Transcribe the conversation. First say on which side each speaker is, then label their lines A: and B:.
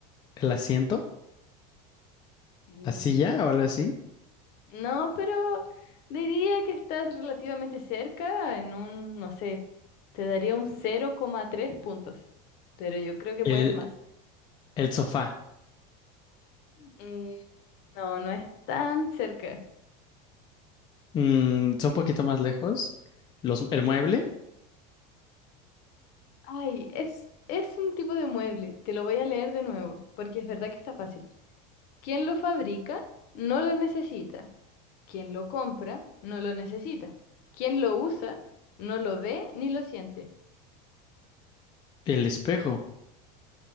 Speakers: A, on the left; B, on the left.
A: ¿El asiento?
B: No,
A: ¿La silla o algo así?
B: no, pero diría que estás relativamente cerca en un, no sé, te daría un cero coma tres puntos, pero yo creo que
A: El,
B: puedes más.
A: el sofá.
B: Mm, No, no es tan cerca.
A: Mm, son un poquito más lejos. Los, el mueble,
B: Ay, es, es un tipo de mueble, te lo voy a leer de nuevo, porque es verdad que está fácil. Quien lo fabrica no lo necesita. Quien lo compra no lo necesita. Quien lo usa no lo ve ni lo siente.
A: el espejo.